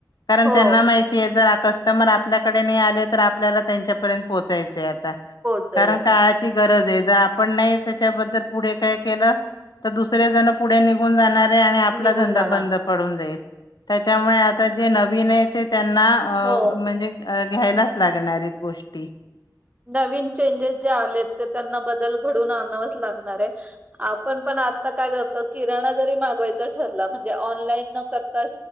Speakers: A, on the left; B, on the right.
A: कारण
B: हो
A: त्यांना माहिती जर आता कस्टमर आपल्याकडे नाही आले तर, आपल्याला त्यांच्या पर्यंत पोहोचायच आहे आता
B: पोहोचले
A: कारण काळाची गरज आहे. जर आपण नाही त्याच्याबद्दल पुढे काय केलं तर दुसऱ्या जण पुढे निघून जाणार. आणि आपला
B: निघून
A: धंदा
B: जाणार
A: बंद पडून जाईल. त्याच्यामुळे आता जे नवीन आहे ते त्यांना अ
B: हो
A: म्हणजे, अ घ्यायलाच लागणार आहेत. गोष्टी
B: नवीन चेंजेस जे आले ते त्यांना बदल घडून आणावच लागणार आहे. आपण पण आ काय करतो किराणा जरी मागवायचा ठरला, म्हणजे ऑनलाईन न करता